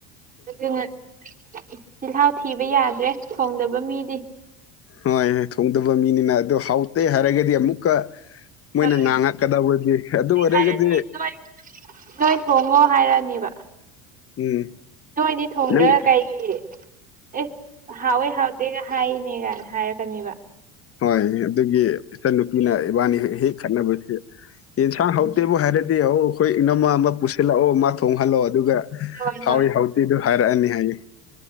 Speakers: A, on the right; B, on the left.
A: ꯑꯗꯨꯅ ꯆꯤꯜꯍꯥꯎ ꯊꯤꯕ ꯌꯥꯗ꯭ꯔꯦ ꯊꯣꯡꯗꯕ ꯃꯤꯗꯤ
B: ꯍꯣꯏꯣꯏ ꯊꯣꯡꯗꯕ ꯃꯤꯅꯤꯅ ꯑꯗꯨꯣ ꯍꯥꯎꯇꯦ ꯍꯥꯏꯔꯒꯗꯤ ꯑꯃꯨꯛꯀ ꯃꯣꯏꯅ
A: ꯍꯣꯏ
B: ꯉꯥꯡꯉꯛꯀꯗꯕꯗꯤ ꯑꯗꯨ ꯑꯣꯏꯔꯒꯗꯤ
A: ꯍꯥꯏꯔꯗꯤ ꯅꯣꯏ ꯅꯣꯏ ꯊꯣꯡꯉꯣ ꯍꯥꯏꯔꯅꯦꯕ
B: ꯎꯝ
A: ꯅꯣꯏꯗꯤ ꯊꯣꯡꯗꯔ
B: ꯅꯪ
A: ꯀꯩꯒꯤ ꯑꯦꯁ ꯍꯥꯎꯋꯦ ꯍꯥꯎꯗꯦꯒ ꯍꯥꯏꯔꯤꯅꯦꯒꯥꯏꯅ ꯍꯥꯏꯔꯛꯀꯅꯦꯕ
B: ꯍꯣꯏ ꯑꯗꯨꯒꯤ ꯏꯆꯟꯅꯨꯄꯤꯅ ꯏꯕꯥꯅꯤ ꯍꯦꯛ ꯍꯦꯛ ꯈꯠꯅꯕꯁꯦ ꯌꯦꯟꯁꯥꯡ ꯍꯧꯇꯦꯕꯨ
A: ꯎꯝ
B: ꯍꯥꯏꯔꯗꯤ ꯍꯧ ꯑꯩꯈꯣꯏ ꯏꯅꯃ ꯑꯃ ꯄꯨꯁꯤꯜꯂꯛꯑꯣ ꯑꯃ ꯊꯣꯡꯍꯜꯂꯛꯑꯣ ꯑꯗꯨꯒ
A: ꯍꯣꯏ
B: ꯍꯥꯎꯏ
A: ꯍꯣꯏ
B: ꯍꯥꯎꯇꯤꯗꯨ ꯍꯥꯏꯔꯛꯑꯅꯤ ꯍꯥꯏꯌꯦ